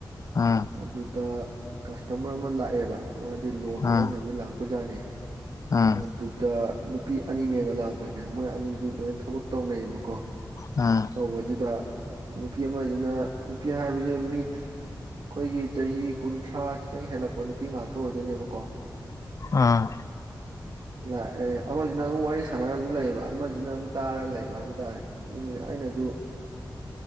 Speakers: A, on the left (about 45°); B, on the right (about 70°).
A: ꯎꯝ
B: ꯑꯗꯨꯗ ꯀꯁꯇꯃꯔ ꯑꯃ ꯂꯥꯛꯑꯦꯕ ꯃꯥꯁꯦ ꯂꯣꯟ
A: ꯎꯝ
B: ꯂꯧꯅꯕ ꯂꯥꯛꯄ ꯑꯣꯖꯥꯅꯦ
A: ꯎꯝ
B: ꯑꯗꯨꯗ ꯅꯨꯄꯤ ꯑꯅꯤꯅꯦꯕ ꯂꯥꯛꯄꯁꯦ ꯃꯣꯏ ꯑꯅꯤꯁꯨ ꯂꯣꯏ ꯊꯕꯛ ꯇꯧꯅꯩꯌꯦꯕꯀꯣ
A: ꯎꯝ
B: ꯇꯧꯕꯁꯤꯗ ꯅꯨꯄꯤ ꯑꯃꯁꯤꯅ ꯅꯨꯄꯤ ꯍꯥꯏꯕꯁꯦ ꯃꯤꯠ ꯑꯩꯈꯣꯏꯒꯤ ꯆꯍꯤ ꯀꯨꯟꯊ꯭ꯔꯥ ꯈꯤꯇꯪ ꯍꯦꯜꯂꯛꯄ ꯅꯨꯄꯤ ꯉꯥꯛꯇ ꯑꯣꯏꯗꯣꯏꯅꯦꯕꯀꯣ
A: ꯑꯥ
B: ꯂꯥꯛ ꯑꯦ ꯑꯃꯁꯤꯅ ꯑꯗꯨꯝ ꯋꯥꯔꯤ ꯁꯥꯟꯅꯔꯒ ꯑꯗꯨꯝ ꯂꯩꯌꯦꯕ ꯑꯃꯁꯤꯅ ꯑꯗꯨꯝ ꯇꯥꯔ ꯂꯩꯕ ꯍꯥꯏꯕ ꯇꯥꯔꯦ ꯑꯗꯨꯅꯤꯅ ꯑꯩꯅꯁꯨ